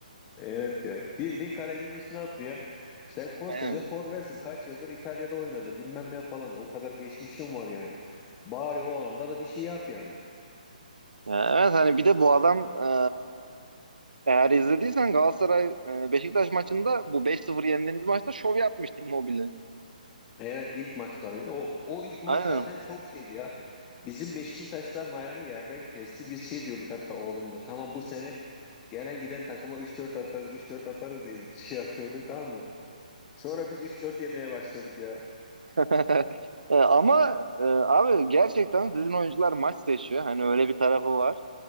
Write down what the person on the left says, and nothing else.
Evet ya. Bildiğin kalecinin üstüne attı ya. Sen koskoca
forvetsin. Kaç yıldır İtalya'da oynadın bilmem ne falan. O kadar geçmişim var yani. Bari o anda da bir şey yap yani.
Evet ilk maçlarıydı. O, o ilk maç
zaten çok şeydi ya. Bizim Beşiktaşların ayağını yerden kesti. Biz şey diyorduk hatta oğlumla. Tamam bu sene gelen giden takıma üç dört atarız üç dört atarız diye <laughs> şey yapıyorduk tamam mı? Sonra biz üç dört yemeye başladık ya.